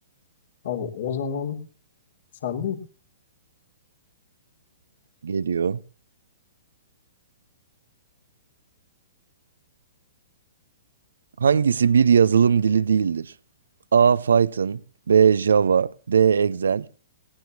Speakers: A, on the left; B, on the right.
A: Abi o zaman sen değil.
B: Geliyor. Hangisi bir yazılım dili değildir? A. Python B. Java D. Excel